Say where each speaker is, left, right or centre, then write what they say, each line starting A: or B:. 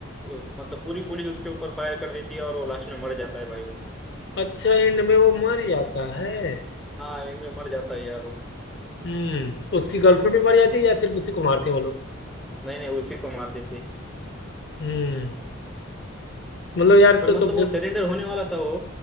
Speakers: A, in the centre; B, on the left (about 55°).
A: वो, मतलब पूरी पुलिस उसके ऊपर फायर कर देती है और वो लास्ट में मर जाता है भाई वो
B: अच्छा एंड में वो मर जाता है
A: हाँ एंड में मर जाता है यार वो
B: हम्म उसकी गर्लफ्रेंड भी मर जाती है या सिर्फ उसी को मारते हैं वो लोग
A: नहीं नहीं उसी को मार देती
B: हम्म मतलब यार
A: पर
B: तो
A: मतलब
B: तो फिर
A: वो सरेंडर होने वाला था वो